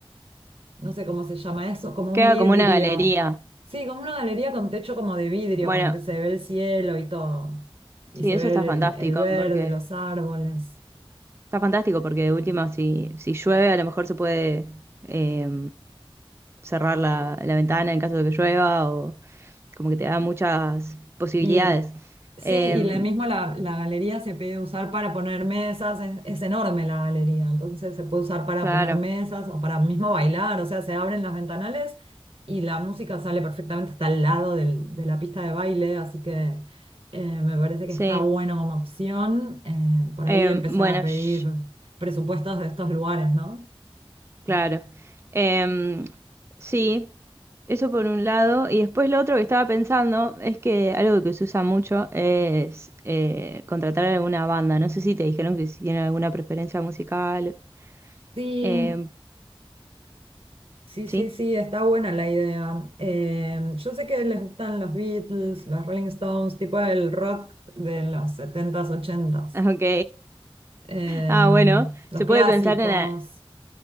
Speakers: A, on the right; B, on the right.
A: no sé cómo se llama eso, como
B: queda
A: un vidrio.
B: como una galería.
A: Sí, como una galería con techo como de vidrio,
B: Bueno,
A: como que se ve el cielo y todo. Y
B: sí,
A: se
B: eso
A: ve
B: está
A: el,
B: fantástico,
A: el verde,
B: porque
A: los árboles.
B: está fantástico porque de última, si, si llueve, a lo mejor se puede eh, cerrar la, la ventana en caso de que llueva o como que te da muchas posibilidades.
A: Y sí,
B: Em,
A: y la misma la, la galería se puede usar para poner mesas, es, es enorme la galería, entonces se puede usar para
B: claro,
A: poner mesas o para mismo bailar, o sea, se abren las ventanales y la música sale perfectamente hasta el lado del- de la pista de baile, así que eh, me parece que
B: sí.
A: está bueno como opción eh, por
B: Em,
A: ahí empezar
B: bueno,
A: a pedir
B: sh-
A: presupuestos de estos lugares, ¿no?
B: claro. Em, sí, eso por un lado. Y después lo otro que estaba pensando es que algo que se usa mucho es eh, contratar alguna banda. No sé si te dijeron que si tienen alguna preferencia musical.
A: Sí,
B: Em,
A: Sí,
B: sí,
A: sí, sí, está buena la idea. Eh, yo sé que les gustan los Beatles, los Rolling Stones, tipo el rock de los setentas ochentas,
B: <laughs> ok.
A: eh,
B: Ah, bueno,
A: los
B: se
A: clásicos.
B: puede pensar en...